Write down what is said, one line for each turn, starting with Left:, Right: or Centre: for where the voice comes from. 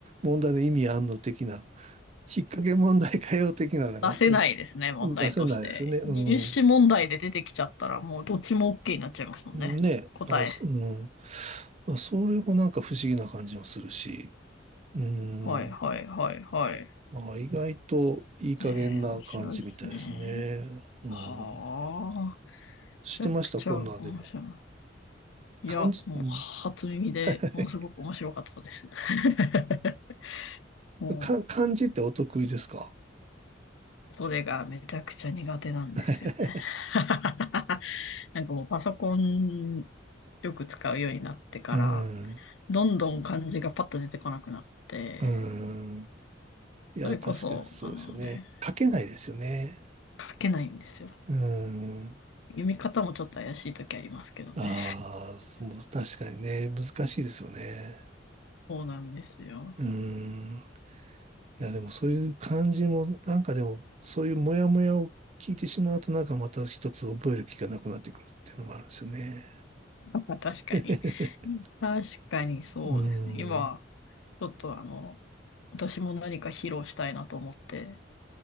Right: 問題の意味あんの的な、引っ掛け問題かよ的なのがね、
Left: 出せないですね、問題として。
Right: 出せないですよね。うん。
Left: 入試問題で出てきちゃったら、もうどっちも OK になっちゃいますもんね。
Right: ね、
Left: 答え。
Right: あ、そうん。あそれもなんか不思議な感じもするし、う
Left: はいはいはいはい。
Right: ん。まあ、意外といい加減な感じみたいですね。
Left: えー、面白いですね。
Right: うん。
Left: はあ、めちゃくちゃ面白い。
Right: してました、こんなんでも。
Left: いや、
Right: 感じ、
Left: もう初耳でものすごく面白かったです。
Right: うん。<laughs>
Left: <laughs> も
Right: か、漢字ってお得意ですか
Left: う、それがめちゃくちゃ苦手なんですよね。
Right: <laughs>
Left: <laughs> なんかもうパソコンよく使うようになってから、
Right: うん。
Left: どんどん漢字がパッと出てこなくなって、
Right: うん。いや、
Left: それこそ、
Right: 確かにそうですよね。
Left: あのね、
Right: 書けないですよね。
Left: 書けないんですよ。
Right: うん。
Left: 読み方もちょっと怪しい時ありますけどね。
Right: ああ、そう、確かにね、難しいですよね。
Left: <laughs> そうなんですよ。
Right: うん。いや、でもそういう感じも、なんかでも、そういうモヤモヤを聞いてしまうと、なんかまた一つ覚える気がなくなってくるっていうのもあるんですよね。
Left: まあ、確かに。
Right: <laughs>
Left: 確かにそうですね。
Right: うん。
Left: 今、ちょっとあの、私も何か披露したいなと思って